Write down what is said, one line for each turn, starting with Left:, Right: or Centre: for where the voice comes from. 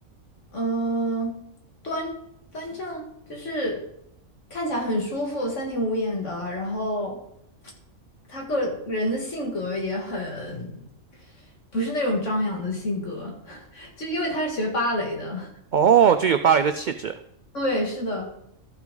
Left: 嗯、端端正，就是看起来很舒服，三庭五眼的。然后他个人的性格也很，不是那种张扬的性格，<laughs> 就因为他是学芭蕾的。
Right: 哦，就有芭蕾的气质。
Left: 对，是的。